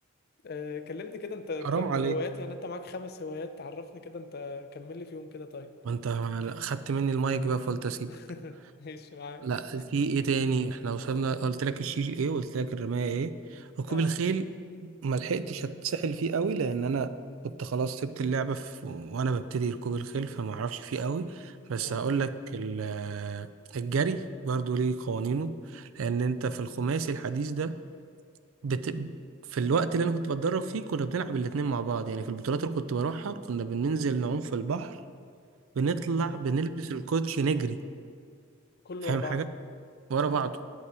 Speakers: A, on the left; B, on the right.
A: آه، كلمني كده انت انت
B: حرام
A: من
B: عليك
A: الهوايات يعني انت معاك خمس هوايات تعرفني كده انت كمل لي فيهم كده طيب
B: ما أنت أخدت مني المايك بقى فقلت أسيبك
A: <laughs> ايش معاك
B: لا في إيه تاني إحنا وصلنا قلت لك الشيش إيه وقلت لك الرماية إيه ركوب
A: اه
B: الخيل ما لحقتش أتسحل فيه قوي لأن أنا كنت خلاص سبت اللعبة في... وأنا ببتدي ركوب الخيل فما أعرفش فيه قوي بس
A: اه
B: هقول لك ال... الجري برضو ليه قوانينه لأن أنت في الخماسي الحديث ده بت... في الوقت اللي انا كنت بتدرب فيه كنا بنلعب الاتنين مع بعض يعني في البطولات اللي كنت بروحها كنا بننزل نعوم في البحر بنطلع
A: اه
B: بنلبس الكوتشي نجري
A: كله
B: فاهم
A: ورا بعضه
B: حاجة ورا
A: صح
B: بعضه